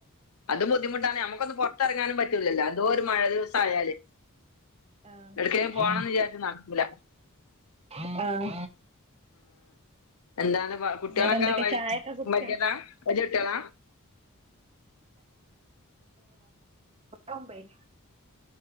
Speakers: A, on the left; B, on the right.
A: അതും <unintelligible> പുറത്തിറങ്ങാനും പറ്റൂലല്ലോ എന്തോരു മഴ ദിവസായാല്
B: ആഹ്
A: എടുക്കേലും പോണംന്ന് വിചാരിച്ച നടക്കുല.
B: ആഹ്
A: എന്താന്ന് കുട്ടികളൊക്കെ
B: വേറെന്തൊക്കെ ചായൊക്കെ കുടിച്ചാ
A: വല്യയതാ? വല്യ കൂട്ട്യാള?
B: ഒമ്പേൽ